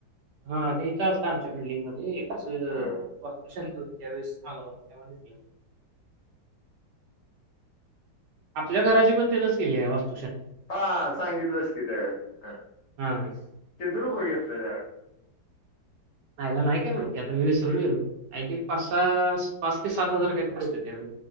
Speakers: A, on the right (about 70°); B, on the left (about 50°).
A: हा ते चालत आमच्या बिल्डिंगमध्ये. अजून
B: हा
A: वास्तुशांती होती त्यावेळेस आलाव. तेव्हा झोपली होती. आपल्या घराची पण त्यानच केली आहे वास्तु.
B: हा सांगितलंस की त्यावेळेस <inaudible>
A: हा
B: किती रुपये घेतलं त्यान?
A: आईला नाही काय माहिती आता मी विसरून गेलो काय ते पासहा, पाच सात हजार काही तरी होते त्यावेळे